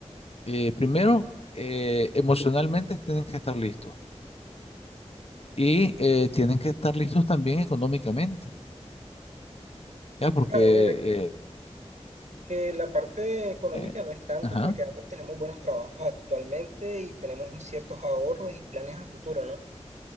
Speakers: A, on the left; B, on the right.
A: Eh, primero, eh, emocionalmente tienen que estar listos y eh, tienen que estar listos también económicamente, ¿ya? Porque,
B: Claro, mira que,
A: eh,
B: que la parte económica
A: eh,
B: no es tanto
A: ajá,
B: porque ambos tenemos buenos trabajos actualmente y tenemos ciertos ahorros y planes a futuro, ¿no?